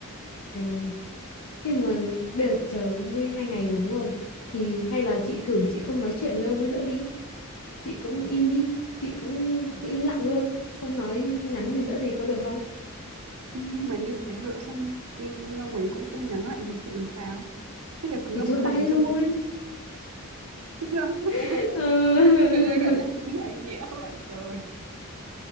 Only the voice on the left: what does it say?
trời Nhưng mà bây giờ chị chờ mới hai ngày rồi đúng không? Thì hay là chị thử chị không nói chuyện với ông ấy nữa đi. Chị cũng im đi. Chị cũng cứ im lặng luôn. Không nói, không nhắn gì nữa thì có được không?
Thì
thôi
bye luôn.
<laughs> Ờ.